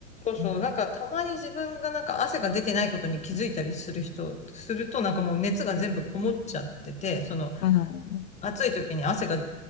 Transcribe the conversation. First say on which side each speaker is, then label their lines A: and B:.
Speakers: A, on the left (about 15°); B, on the left (about 65°).
A: そうそう。
B: うん。
A: なんかたまに自分がなんか汗が出てないことに気づいたりする人、するとなんかもう熱が全部こもっちゃってて、その
B: うん。うん。
A: 暑い時に汗が、